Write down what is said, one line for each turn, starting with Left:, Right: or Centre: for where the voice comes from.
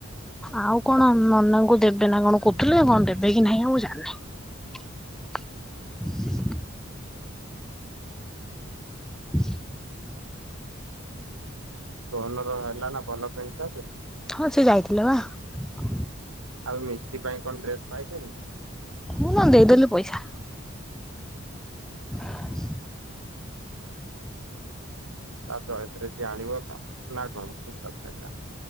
Centre: ଆଉ କଣ ନନାଙ୍କୁ ଦେବେ ନା କଣ କହୁଥିଲେ କଣ ଦେବେ କି ନାହିଁ ଆଉ ଜାଣିନି? ହୁଁ <inaudible>
Right: ଧନର ହେଲା ନା ଭଲ ପେଣ୍ଟ ସାର୍ଟ?
Centre: ହଁ ସେ ଯାଇଥିଲା ପା।
Right: ଆଉ ମିସ୍ତ୍ରୀ ପାଇଁ କଣ ଡ୍ରେସ୍ ପାଇଛନ୍ତି?
Centre: ମୁଁ ନା ଦେଇଦେଲି ପଇସା। <inaudible>
Right: ତା ଚଏସ ରେ ସିଏ ଆଣିବ ନା କଣ ଠିକ୍ କଥା ଏଇଟା।